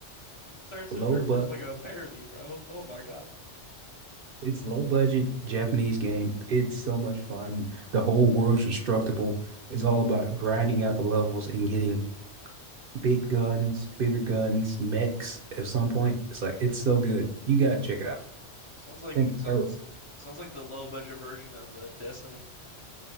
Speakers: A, on the left; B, on the right.
A: Starship
B: Low
A: Troopers
B: but
A: is like a parody, bro. Oh my God.
B: it's low budget Japanese game. It's so much fun. The whole world's instructable. It's all about grinding out the levels and getting big guns, bigger guns, mechs at some point. It's like it's so good. You gotta check it out.
A: Sounds like
B: Think
A: sounds
B: or
A: sounds like the low budget version of uh, Destiny.